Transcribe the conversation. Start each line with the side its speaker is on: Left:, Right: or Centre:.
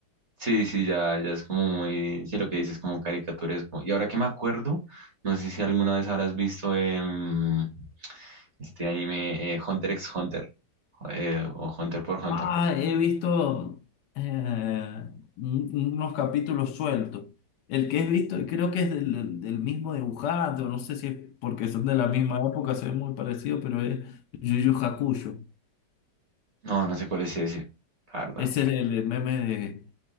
Right: Sí, sí, ya, ya es como muy, sí, lo que dices, como caricaturesco. Y ahora que me acuerdo, no sé si alguna vez habrás visto em, este anime eh, Hunter x Hunter eh, o Hunter por Hunter.
Left: Ah, he visto eh, un- unos capítulos sueltos. El que he visto, creo que es del, del mismo dibujante, o no sé si es porque son de la misma época, se ve muy parecido, pero es Yu Yu Hakusho.
Right: No, no sé cuál es ese, la verdad.
Left: Es el, el meme de